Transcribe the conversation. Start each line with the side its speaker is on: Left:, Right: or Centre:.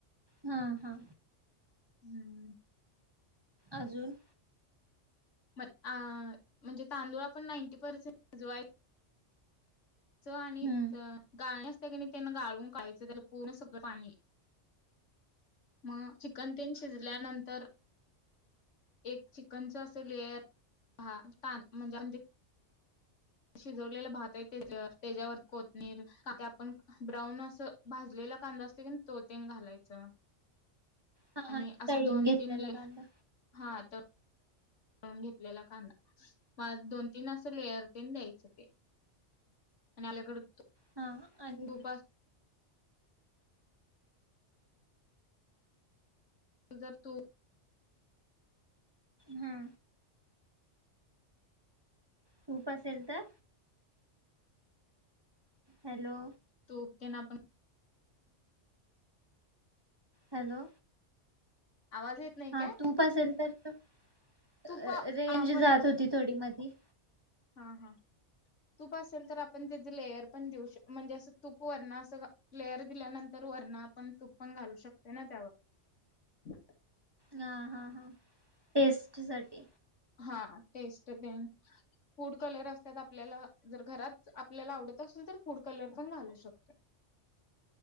Right: हा हा
Left: हम्म.
Right: अजून...
Left: म अ म्हणजे तांदूळा पण नाईंटी पर्सेंट भिजवायचे.... आणि
Right: हम्म
Left: गर्निष... असतय कणी तेनी गाळून काढायचं त्याला पूर्ण सगळं पाणी मग चिकन तेन शिजल्यानंतर एक चिकनच असं लेयर ह ताण म्हणजे शिजवलेला भात आहे त्या त्याच्यावर कोथंबिर ते आपण ब्राऊन असं भाजलेला कांदा असतो की तो तेन घालायचं
Right: हा
Left: आणि
Right: हा
Left: असं
Right: तळून
Left: दोन
Right: घेतलेला
Left: तीन
Right: कांदा
Left: हा त.... तळून घेतलेला कांदा म दोन तीन असं लेयर तेन द्यायचं ते. नाल्याकड..
Right: हा आणि
Left: उपास तु जर तू
Right: हूं तूप असेल तर हॅलो
Left: तु तेना पण
Right: हॅलो
Left: आवाज येत नाही
Right: हा
Left: काय
Right: तूप असेल तर त
Left: तूप
Right: अअ
Left: आपण
Right: रेंज जात होती थोडी मधी
Left: हा हा तूप असेल तर आपण त्याचे लेयर पण देऊ शक म्हणजे असं तूप वरण असं लेयर दिल्यानंतर वरण आपण तूप पण घालू शकते ना त्यावर
Right: हा हा हा टेस्ट साठी
Left: हा टेस्ट तेन फूड कलर असत्यात आपल्याला जर घरात आपल्याला आवडत असेल तर फूड कलर पण घालू शकतोय.